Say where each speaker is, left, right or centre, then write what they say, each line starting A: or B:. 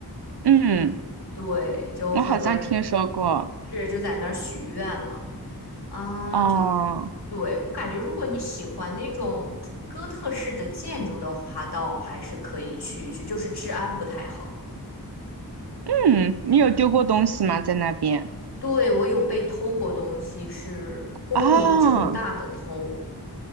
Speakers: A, on the right; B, on the left.
A: 嗯，
B: 对，就很多人
A: 我好像听说过。
B: 是就在那儿许愿嘛，啊、
A: 哦。
B: 就对，我感觉如果你喜欢那种 <tsk> 哥特式的建筑的话，倒还是可以去一去，就是治安不太好。
A: 嗯，你有丢过东西吗？在那边？
B: 对，我有被偷过东西，是光明正大的偷，
A: 啊